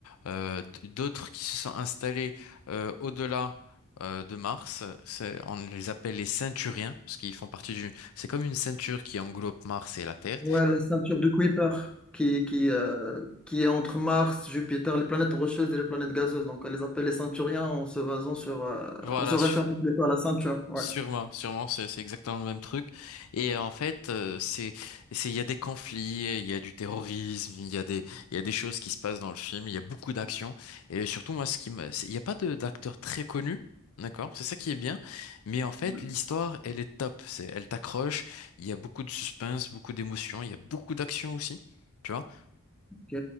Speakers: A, on the left; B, in the centre.
A: Euh, d- d'autres qui se sont installés euh, au-delà euh, de Mars. C'est- on les appelle les Ceinturiens, parce qu'ils font partie d'une c'est comme une ceinture qui englobe Mars et la Terre.
B: Ouais, la ceinture de Kuiper qui, qui, euh, qui est entre Mars, Jupiter, les planètes rocheuses et les planètes gazeuses. Donc, on les appelle les ceinturiens en se basant sur. euh,
A: Voilà,
B: on se réfère
A: su-
B: plutôt à la ceinture. Ouais.
A: sûrement, sûrement, c'est c'est exactement le même truc. Et en fait, euh, c'est, c'est, il y a des conflits, il y a du terrorisme, il y a des, il y a des choses qui se passent dans le film, il y a beaucoup d'actions. Et surtout, moi, ce qui me, c'est- il n'y a pas de d'acteur très connu. D'accord, c'est ça qui est bien, mais en fait
B: Mhm.
A: l'histoire elle est top, c'est elle t'accroche, il y a beaucoup de suspense, beaucoup d'émotions, il y a beaucoup d'action aussi, tu vois.
B: Ok.